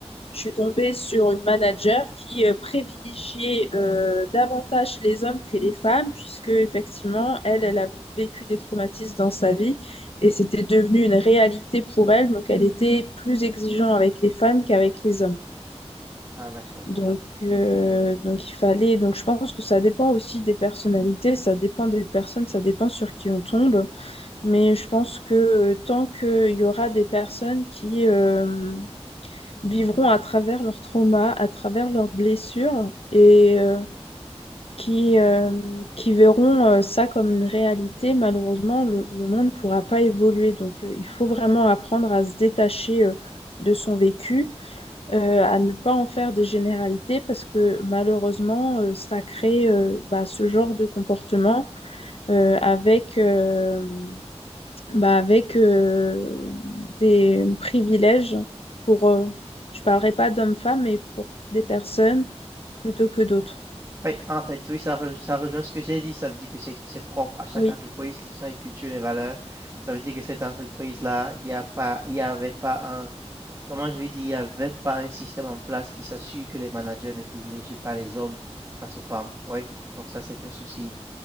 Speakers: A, on the left; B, on the right.
A: je suis tombée sur une manager qui euh, privilégiait euh, davantage les hommes que les femmes, puisque effectivement, elle, elle avait vécu des traumatismes dans sa vie et c'était devenu une réalité pour elle. Donc, elle était plus exigeante avec les femmes qu'avec les hommes.
B: Ah, d'accord.
A: Donc, euh, donc il fallait. Donc, je pense que ça dépend aussi des personnalités, ça dépend des personnes, ça dépend sur qui on tombe. Mais je pense que euh, tant qu'il y aura des personnes qui euh, vivront à travers leurs traumas, à travers leurs blessures et euh, qui, euh, qui verront euh, ça comme une réalité. Malheureusement, le, le monde ne pourra pas évoluer. Donc, euh, il faut vraiment apprendre à se détacher euh, de son vécu, euh, à ne pas en faire des généralités parce que malheureusement, euh, ça crée euh, bah, ce genre de comportement euh, avec... euh, bah, avec euh, des privilèges pour, euh, je parlerai pas d'hommes-femmes, mais pour des personnes plutôt que d'autres.
B: Oui, en fait, oui, ça, re- ça rejoint ce que j'ai dit. Ça veut dire que c'est c'est propre à chaque
A: Oui.
B: entreprise, ce sont les cultures, les valeurs. Ça veut dire que cette entreprise-là, il n'y a pas, il y avait pas un, comment je vais dire, il n'y avait pas un système en place qui s'assure que les managers ne privilégient pas les hommes face aux femmes. Oui, donc ça, c'est un souci